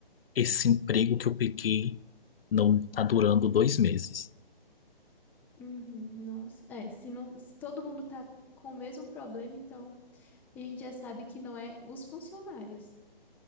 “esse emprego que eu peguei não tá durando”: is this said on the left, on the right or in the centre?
Left